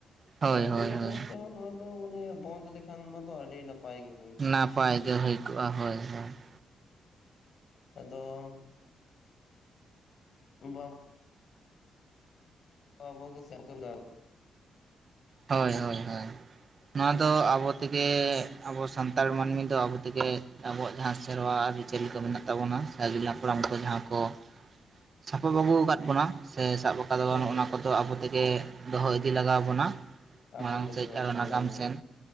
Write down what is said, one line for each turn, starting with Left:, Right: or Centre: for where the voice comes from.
Right: ᱦᱳᱭ
Left: ᱟᱫᱚ ᱟᱹᱞᱤᱧᱟᱜ
Right: ᱦᱳᱭ ᱦᱳᱭ
Left: ᱢᱚᱛ ᱛᱮᱦᱚᱸ ᱱᱚᱣᱟᱼᱼ ᱢᱟᱱᱮ ᱵᱚᱱᱫᱷ ᱞᱮᱠᱷᱟᱱ ᱢᱟᱛᱚ ᱟᱹᱰᱤ ᱱᱟᱯᱟᱭ ᱜᱮ ᱿
Right: ᱱᱟᱯᱟᱭ ᱜᱮ ᱦᱩᱭ ᱠᱚᱜ-ᱟ ᱦᱚᱭ ᱦᱚᱭ ᱾
Left: ᱟᱫᱚᱼᱼ ᱵᱟᱝ ᱾ ᱟᱵᱚ ᱜᱮ ᱥᱟᱨᱠᱮᱞ ᱜᱟᱞᱼᱼ
Right: ᱦᱳᱭ ᱦᱳᱭ ᱦᱳᱭ ᱾ ᱱᱚᱣᱟ ᱫᱚ ᱟᱵᱚ ᱛᱮᱜᱮ ᱟᱵᱚ ᱥᱟᱱᱛᱟᱲ ᱢᱟᱹᱱᱢᱤ ᱫᱚ ᱟᱵᱚ ᱛᱮᱜᱮᱼᱼ ᱟᱵᱚᱣᱟᱜ ᱡᱟᱦᱟᱸ ᱥᱮᱨᱣᱟ ᱟᱹᱨᱤ ᱪᱟᱹᱞᱤ ᱠᱚ ᱢᱮᱱᱟᱜ ᱛᱟᱵᱚᱱᱟ ᱥᱮ ᱟᱹᱜᱤᱞ ᱦᱟᱯᱲᱟᱢ ᱠᱚ ᱡᱟᱦᱟᱸ ᱠᱚ, ᱥᱟᱯᱷᱟᱞ ᱟᱹᱜᱩ ᱟᱠᱟᱫ ᱵᱚᱱᱟ ᱥᱮ ᱥᱟᱵ ᱟᱠᱟᱫᱟᱵᱚᱱ
Left: ᱦᱳᱭ
Right: ᱚᱱᱟ
Left: ᱦᱳᱭ
Right: ᱠᱚᱫᱚ ᱟᱵᱚ ᱛᱮᱜᱮ ᱫᱚᱦᱚ ᱤᱫᱤ ᱞᱟᱜᱟᱣ ᱟᱵᱚᱱᱟ᱾
Left: ᱟᱵᱚ
Right: ᱢᱟᱲᱟᱝ
Left: ᱜᱮ
Right: ᱥᱮᱫ
Left: ᱫᱚᱦᱚ
Right: ᱟᱨᱚ
Left: ᱞᱟᱜᱟᱣ
Right: ᱱᱟᱜᱟᱢ
Left: ᱵᱚᱱᱟ
Right: ᱥᱮᱫ